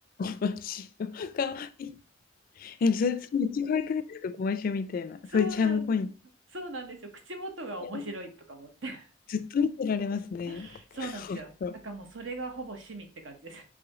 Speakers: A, on the left; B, on the right.
A: ゴマシオ、可愛い。え、それ、それめっちゃ可愛くないですか？ゴマシオみたいな、
B: そうなんです。
A: そういうチャームポイント。
B: そうなんですよ。口元が面白いとか思って。
A: いや、ずっと見てられますね。
B: <laughs> そうなんですよ。
A: ほんと。
B: だからもうそれがほぼ趣味って感じです。
A: は